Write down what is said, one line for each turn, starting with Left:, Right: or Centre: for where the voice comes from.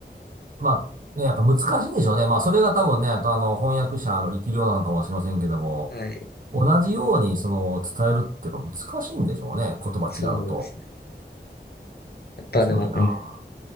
Right: まあ、ね、やっぱ難しいんでしょうね。まあ、それが多分ね、あとあの、翻訳者の力量なのかもしれませんけども、
Left: はい。
Right: 同じようにその、伝えるってやっぱ難しいんでしょうね。言葉違うと。
Left: そうですね。やっぱでも、
Right: 面白いな。
Left: うん。い